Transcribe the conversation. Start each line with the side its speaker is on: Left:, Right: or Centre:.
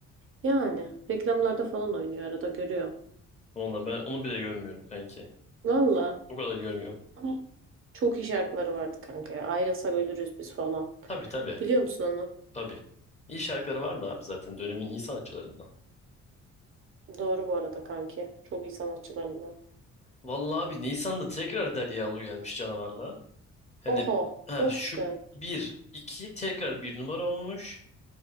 Right: yani reklamlarda falan oynuyor arada görüyorum.
Left: Valla ben onu bile görmüyorum kanki.
Right: Valla
Left: O kadar görmüyorum.
Right: ama çok iyi şarkıları vardı kanka ya. Ayrılsak ölürüz biz falan.
Left: Tabii tabii.
Right: Biliyor musun onu?
Left: Tabii. İyi şarkıları vardı abi zaten dönemin iyi sanatçılarından.
Right: Doğru bu arada kanki. Çok iyi sanatçılarından.
Left: Vallahi abi Nisan'da tekrar Derya Ulu gelmiş canavarla. Hani
Right: Oha,
Left: ha,
Right: bak
Left: şu
Right: sen.
Left: bir 2 tekrar bir numara olmuş.